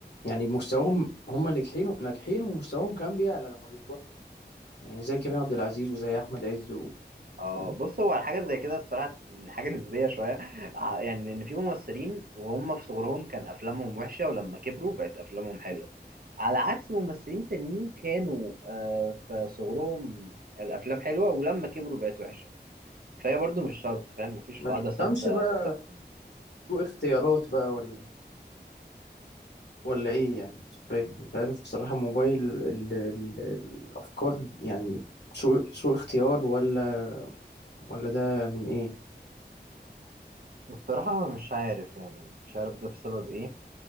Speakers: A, on the left; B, on the right.
A: يعني مستواهم هم ناجحين ناجحين ومستواهم كمان بيعلى لما بيكبروا يعني زي كريم عبد العزيز وزي احمد عز و...
B: اه
A: فاهم؟
B: بص هو على حاجه زي كده الصراحه <laughs> حاجه نسبيه شويه ع- يعني ان في ممثلين وهم في صغرهم كان افلامهم وحشه ولما كبروا بقت افلامهم حلوه على عكس ممثلين تانيين كانوا آه في صغرهم الافلام حلوه ولما كبروا بقت وحشه فهي برضو مش شرط فاهم مفيش
A: ما
B: قاعده ثابته
A: تفهمش بقى
B: تحكم
A: سوء اختيارات بقى ولا ولا ايه يعني مش فاهم. انت عارف بصراحة موبايل ال... ال... الافكار يعني سوء سوء اختيار ولا ولا ده من ايه
B: الصراحه مش عارف يعني مش عارف ده بسبب ايه